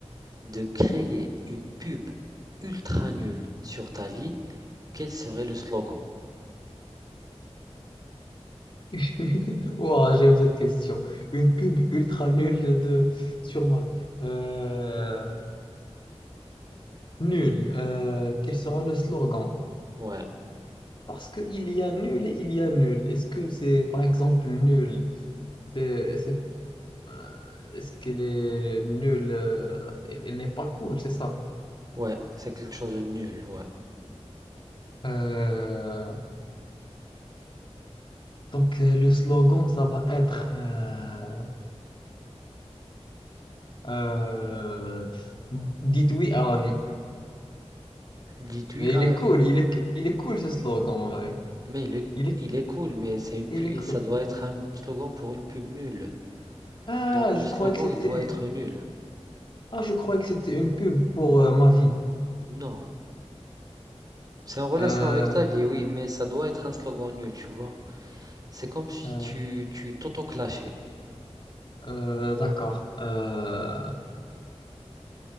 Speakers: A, on the right; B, on the left.
A: de créer une pub ultra nulle sur ta vie, Quel serait le slogan?
B: <laughs> Ouah, j'aime cette question. Une pub ultra nulle de sur Mac. Euh, nul. Euh, quel sera le slogan?
A: Ouais,
B: Parce qu'il y a nul et il y a nul. Est-ce que c'est, par exemple, nul? C'est, c'est, euh, est-ce qu'elle est nulle? euh, elle elle n'est pas cool, c'est ça.
A: ouais, c'est quelque chose de nul, ouais.
B: Euh, donc euh, le slogan, ça va être euh, euh, dites oui à la vie.
A: Détruis
B: Mais
A: à
B: il
A: la
B: est
A: vie.
B: cool, il est, il est cool ce slogan en vrai.
A: Mais il est,
B: Il est,
A: il est cool, mais c'est une pub,
B: il est cool.
A: ça doit être un slogan pour une pub nulle.
B: Ah,
A: Donc le
B: je
A: slogan,
B: croyais que c'était,
A: il doit être nul.
B: ah, je croyais que c'était une pub pour euh, ma vie.
A: Non. C'est en relation
B: Euh,
A: avec ta vie, oui, mais ça doit être un slogan nul, tu vois. C'est comme si
B: euh,
A: tu, tu t'auto-clashais.
B: euh, d'accord. Euh,